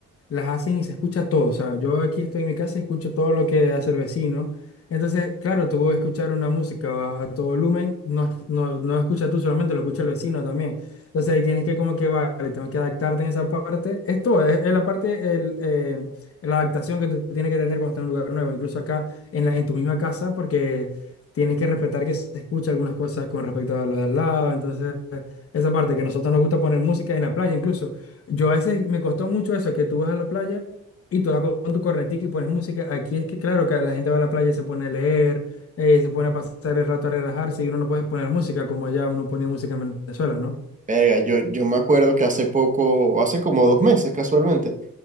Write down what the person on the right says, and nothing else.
Verga, yo, yo me acuerdo que hace poco, hace como dos meses casualmente,